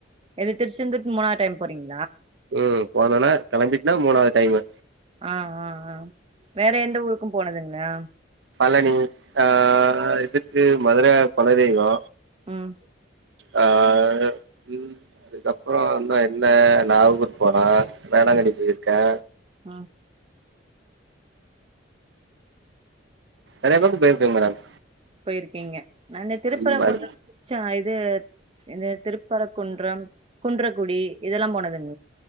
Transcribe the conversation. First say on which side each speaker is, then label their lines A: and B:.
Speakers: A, on the right; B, on the right.
A: இது திருச்செந்தூருக்கு மூணா டைம் போறீங்
B: உம் போனேனா கிளம்பிட்டுனா மூணாவது டைமு
A: ஆஹா அஹா அஹா வேற எந்த ஊருக்கும் போனதுங்கிலா
B: பழனி ஆஹா இதுக் இது மதுர குல தெய்வோ
A: உம்
B: ஆஹா உம் அதுக்கப்புறோ எந்த என்ன நாகூர் போனா வேளாங்கண்ணி
A: ம்
B: போயிருக்கே
A: ம்
B: எல்லா பக்கு போயிருக்கேங் மேடம்
A: போயிருக்கீங்க நானு திருப்புராகுன்றம்
B: ம் அது
A: ச்சாயிது தேத் ஏது திருப் பறகுன்றம் குன்றம் குடி இதெல்லா போனதுங்